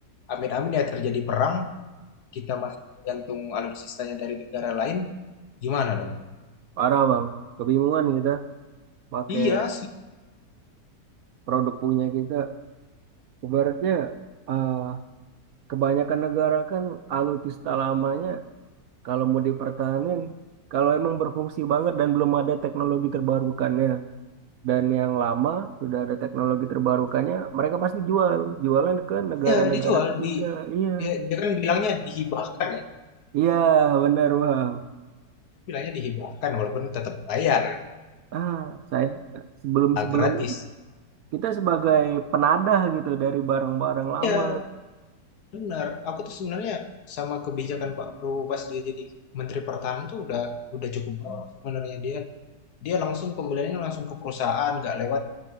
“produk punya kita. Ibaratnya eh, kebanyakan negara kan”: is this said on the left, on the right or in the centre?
Right